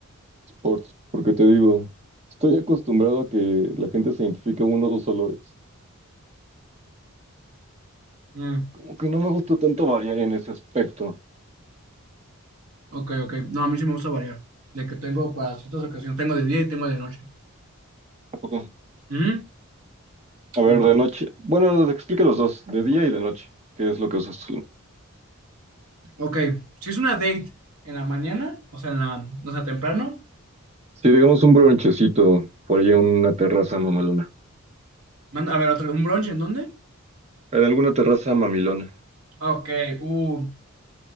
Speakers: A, on the right; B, on the right.
A: Sports, porque te digo, estoy acostumbrado a que la gente se identifique uno o dos olores.
B: Mm,
A: Como que no me gusta tanto variar en ese aspecto.
B: ok, ok. No, a mí sí me gusta variar. De que tengo para ciertas ocasiones, tengo de día y tengo de noche.
A: ¿A poco?
B: Mm,
A: A ver,
B: en-
A: de noche. Bueno, explica los dos, de día y de noche. ¿Qué es lo que usas?
B: ok, si es una date en la mañana, o sea, en la, o sea, temprano.
A: Si digamos un bronchecito, por ahí una terraza mamalona.
B: manda- a ver, otro, ¿un brunch en dónde?
A: En alguna terraza mamilona.
B: Ok, uh,